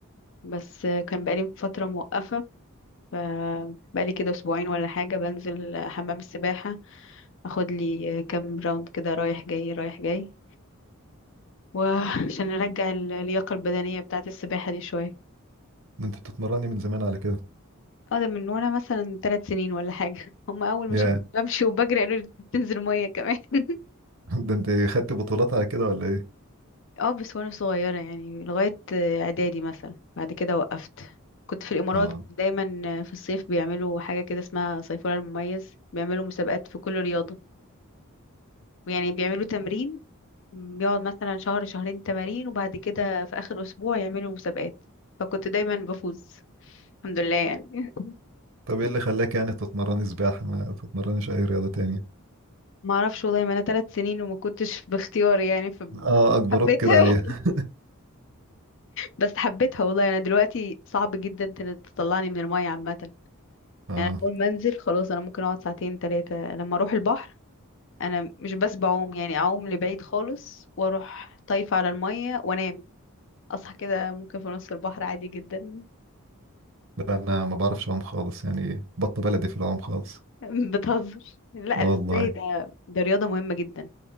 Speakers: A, on the left; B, on the right.
A: بس كان بقالي فتره موقفه فبقالي كده اسبوعين ولا حاجه بنزل حمام السباحه اخد لي كام راوند كده رايح جاي رايح جاي وعشان <laughs> ارجع اللياقه البدنيه بتاعه السباحه دي شويه
B: ده انت بتتمرني من زمان على كده
A: اه ده من وانا مثلا ثلاث سنين ولا حاجة <laughs> هم اول ما
B: يا
A: شافوني بمشي وبجري قالوا لي بتنزل مية كمان <laughs>
B: <laughs> ده انت خدت بطولات على كده ولا ايه
A: اه بس وانا صغيرة يعني لغاية آه، اعدادي مثلا بعد كده وقفت كنت في الامارات
B: اه
A: دايما آه، في الصيف بيعملوا حاجة كده اسمها صيفورة المميز بيعملوا مسابقات في كل رياضة يعني بيعملوا تمرين بيقعد مثلا شهر شهرين تمارين وبعد كده في اخر اسبوع يعملوا مسابقات فكنت دايما بفوز الحمد لله يعني <laughs>
B: طب ايه اللي خلاك يعني تتمرني سباحة ما تتمرنيش اي رياضة تانية
A: ما اعرفش والله ما انا ثلاث سنين وما كنتش باختياري يعني فحبيتها
B: اه اجبروك كده عليها
A: بس حبيتها والله انا دلوقتي صعب جدا تن- تطلعني من المية عامة
B: <laughs> اه
A: يعني اول ما انزل خلاص انا ممكن اقعد ساعتين ثلاثة لما اروح البحر انا مش بس بعوم يعني اعوم لبعيد خالص واروح طايفة على المية وانام اصحى كده ممكن في نص البحر عادي جدا
B: لا انا ما بعرفش اعوم خالص يعني بطة بلدي في العوم خالص
A: <laughs> بتهزر لا
B: والله
A: ازاي ده ده رياضة مهمة جدا